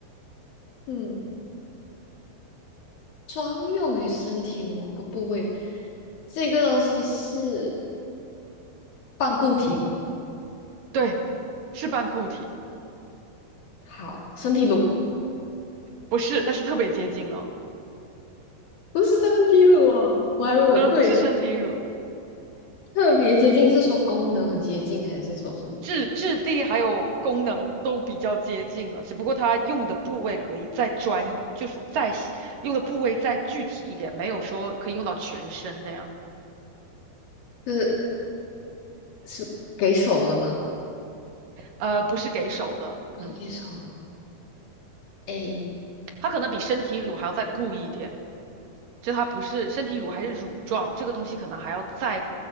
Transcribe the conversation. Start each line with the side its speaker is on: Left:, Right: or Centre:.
Left: 嗯，专用于身体某个部位，这个东西是半固体吗？
Right: 对。是半固体，
Left: 好，身体乳
Right: 不是，但是特别接近了。
Left: 不是身体乳啊，我还以为我对了。
Right: 嗯，不是身体乳，
Left: 特别接近是说功能很接近，还是说什么？
Right: 质质地还有功能都比较接近了，只不过它用的部位可以再专一就是再细用的部位再具体一点，没有说可以用到全身那样。
Left: 就是是给手的吗？
Right: 呃，不是给手的，
Left: 不是给手的，
Right: 嗯，
Left: 哎，
Right: 它可能比身体乳还要再固一点，就它不是身体乳还是乳状，这个东西可能还要再